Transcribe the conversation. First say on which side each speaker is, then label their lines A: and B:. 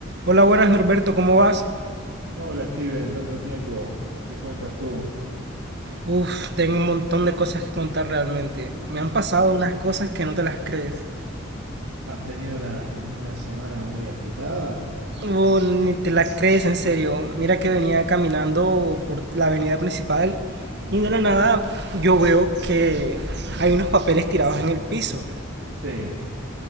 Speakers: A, on the right; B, on the right.
A: Hola, buenas Norberto, ¿cómo vas?
B: Hola Steven, tanto tiempo. ¿Qué cuentas tú?
A: Uf, tengo un montón de cosas que contar realmente. Me han
B: Ah,
A: pasado
B: sí.
A: unas cosas que no te las crees.
B: ¿Has tenido una, un- una semana muy agitada?
A: Oh, ni te las crees, en serio. Mira que venía caminando por la avenida principal
B: Ujú.
A: y de la nada yo veo que hay unos papeles tirados en el piso.
B: Sí,